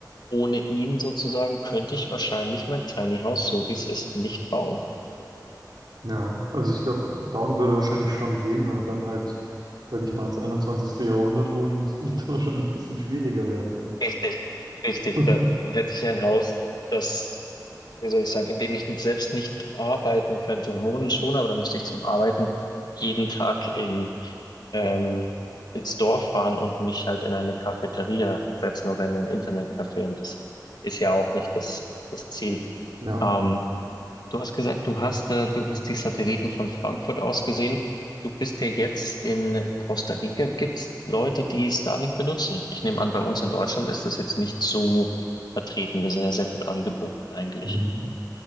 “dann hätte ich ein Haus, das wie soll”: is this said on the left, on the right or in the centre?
Left